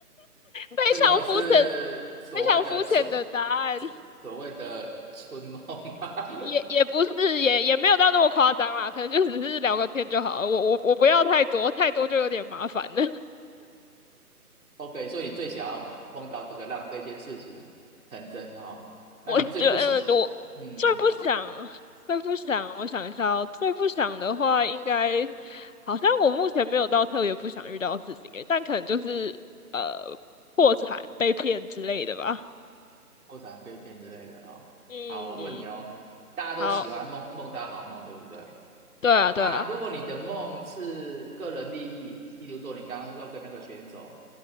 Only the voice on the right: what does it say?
这个是所谓的春，
所所谓的春梦吗 <laughs>
？OK，所以你最想要梦到这个让这件事情成真哈、哦？那你最不喜，
嗯，
喜欢被骗之类的哈、哦好，
我问你哦，大家都喜欢梦梦到好梦，
对不对？
那如果你的梦是个人利益，
例如说你刚刚说要跟那个选手